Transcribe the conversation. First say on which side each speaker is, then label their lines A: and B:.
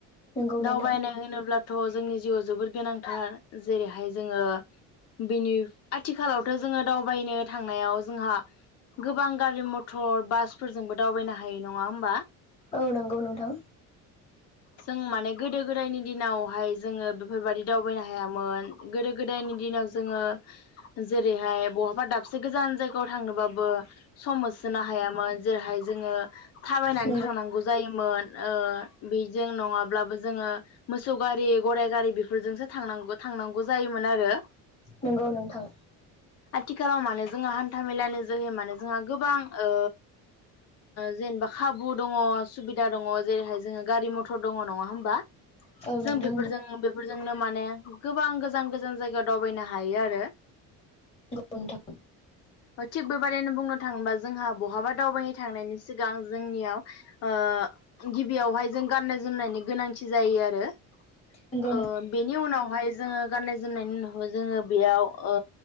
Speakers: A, on the left; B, on the left.
A: नंगौ नोंथां
B: दावबायनाय होनोब्ला जोंनि जिउआव जोबोर गोनांथार जेरैहाय जोङो बिनि आथिखालावथ' जोङो दावबायनो थांनायाव जोंहा गोबां गारि मथर बासफोरजोंबो दावबायनो हायो नङा होमबा?
A: औ नंगौ नोंथां।
B: जों माने गोदो गोदायनि दिनाव हाय जोङो बेफोरबादि दावबायनो हायामोन। गोदो गोदायनि दिनाव जोङो जेरैहाय बहाबा दाबसे गोजान जायगायाव थांनोबाबो सम होसोनो हायामोन जेरैहाय जोङो थाबायनानै
A: नंगौ
B: थांनांगौ जायोमोन ओ बेजों नङाब्लाबो जोङो मोसौ गरायाइ गारि बेफोरजोंसो थांनांग थांनांगौ जायोमोन आरो
A: नंगौ नोंथां
B: आथिखालाव माने जोंहा हान्था मेलानि जोहै माने जोंहा गोबां ओ जेनेबा खाबु दङ सुबिदा दङ जेरैहाय जोङो गारि मथर दङ नङा होमबा?
A: औ नोंथां
B: बेफोरजों बेफ फोरजोंनो माने गोबां गोजान गोजान जायगायाव दावबायनो हायो आरो
A: नंगौ नोंथां
B: ओ थिब बो बारैनो बुंनो थाङोबा जोंहा बहाबा दावबायनो थांनायनि सिगां जोंनियाव ओ गिबियावहाय जों गाननाय जोमनायनि गोनांथि जायो आरो ओ
A: नंगौ
B: बेनि उनाव हाय जोङो गाननाय जोमनायनि उनाव जोङो बेयाव ओ